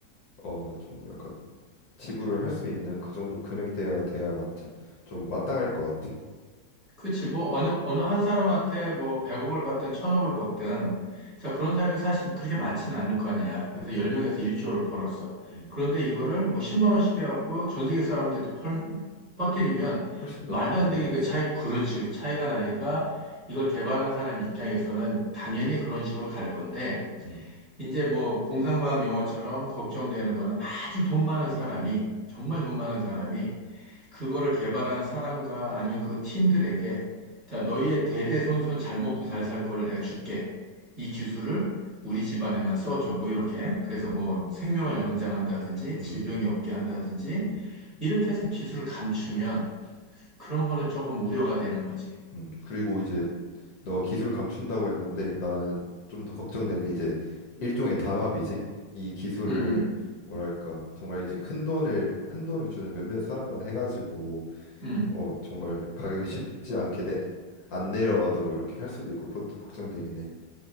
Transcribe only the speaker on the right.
그치, 뭐, 어느, 어느 한 사람한테 뭐, 100억을 받든 1000억을 받든, 자, 그런 사람이 사실 그렇게 많지는 않을 거 아니야. 그래서
10명에서 1조를 벌었어.
그런데 이거를 뭐, 10만 원씩 해갖고 전 세계 사람들한테 펄- 퍼뜨리면,
말도
안 되게
그 차이, 그렇지, 차이가 나니까, 이걸 개발한 사람 입장에서는 당연히 그런 식으로 갈 건데,
이제 뭐, 공상과학 영화처럼 걱정되는 거는 아주 돈 많은 사람이, 정말 돈 많은 사람이, 그거를 개발한 사람과 아니면 그 팀들에게 자, 너희의 대대손손 잘 먹고 잘 살 거를 내가 줄게. 이 기술을 우리 집안에만 써줘. 뭐 이렇게. 그래서
뭐 생명을 연장한다든지
질병이 없게 한다든지
이렇게 해서 기술을 감추면 그런 거는 조금 우려가 되는 거지.
음, 음,
음.